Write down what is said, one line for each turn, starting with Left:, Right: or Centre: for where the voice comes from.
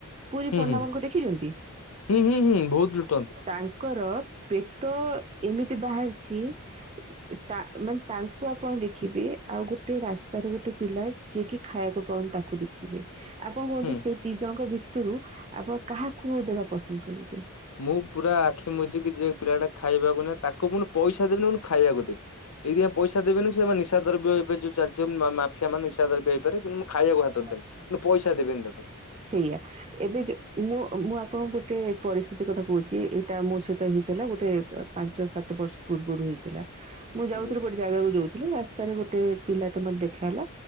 Right: ପୁରୀ
Left: ହୁଁ
Right: ପଣ୍ଡା
Left: ହୁଁ
Right: ମାନଙ୍କୁ ଦେଖିଛନ୍ତି?
Left: ହୁଁ ହୁଁ ହୁଁ ବହୁତ ଲୁଟନ୍ତି
Right: ତାଙ୍କର ପେଟ ଏମିତି ବାହାରିଛି ତା ମାନେ ତାଙ୍କୁ ଆପଣ ଦେଖିବେ ଆଉ ଗୋଟେ ରାସ୍ତାର ଗୋଟେ ପିଲା ଯିଏକି ଖାଇବାକୁ ପାଉନି ତାକୁ ଦେଖିବେ। ଆପଣ କୁହନ୍ତୁ
Left: ହୁଁ
Right: ସେଇ ଦିଜଣଙ୍କ ଭିତରୁ ଆପଣ କାହାକୁ ଦେବା ପସନ୍ଦ କରିବେ?
Left: ମୁଁ ପୁରା ଆଖି ମୁଜିକି ଯିଏ ପିଲା ଟା ଖାଇବାକୁ ନାଁ ତାକୁ ପୁଣି ପଇସା ଦେବିନି ପୁଣି ଖାଇବାକୁ ଦେବି। ଇରିଆ ପଇସା ଦେବେନି ସେମାନେ ନିଶା ଦ୍ରବ୍ୟ ଏବେ ଯୋଉ ଚାଲିଛି ମାଫିଆ ମାନେ ନିଶା ଦ୍ରବ୍ୟ ହେଇପାରେ କିନ୍ତୁ ଖାଇବାକୁ
Right: ବାସ୍
Left: ଦ୍ଭାତ ଦେବ କିନ୍ତୁ ପଇସା ଦେବେନି ତାକୁ
Right: ସେଇଆ ଏବେ ମୁଁ ମୁଁ ଆପଣଙ୍କୁ ଗୋଟେ ପରିସ୍ଥିତି କଥା କହୁଛି ଏଇଟା ମୋ ସହିତ ହେଇଥିଲା ଗୋଟେ ପାଞ୍ଚ ସାତ ବର୍ଷ ପୂର୍ବରୁ ହେଇଥିଲା ମୁଁ ଯାଉଥିଲି
Left: ଆଜ୍ଞା
Right: ପ ଜାଗାକୁ ଯାଉଥିଲି ରାସ୍ତାରେ ଗୋଟେ ପିଲାଟା ମୋତେ ଦେଖା ହେଲା।